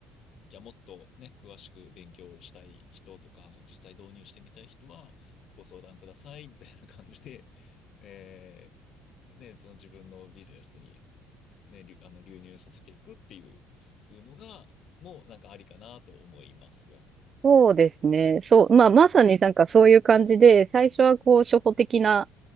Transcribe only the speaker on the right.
そうですね。そう。まあまさになんかそういう感じで、
最初はこう初歩的な、